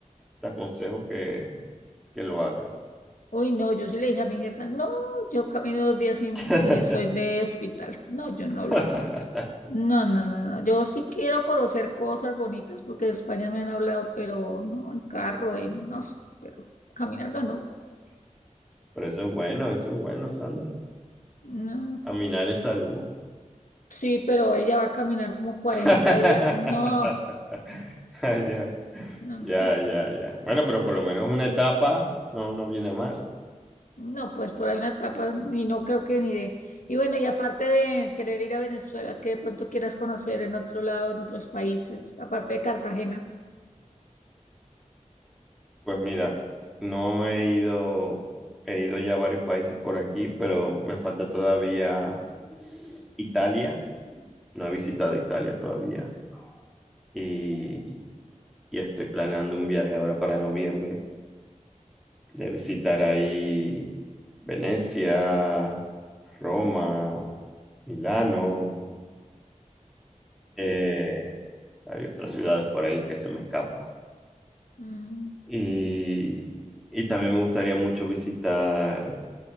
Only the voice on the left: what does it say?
Uy, no, yo sí le dije a mi jefa, no, yo camino dos días y,
y estoy de hospital. No, yo no lo
hago. No, no, no, no. Yo sí quiero conocer cosas bonitas porque de España me han hablado, pero no en carro, en no sé, pero caminando no.
No.
Sí, pero ella va a caminar como 40
días. No,
no,
no, no.
Y-
No, pues por ahí una etapa y no creo que ni de. Y bueno, y aparte de querer ir a Venezuela, que de pronto quieras conocer en otro lado, en otros países, aparte de Cartagena.
Mm,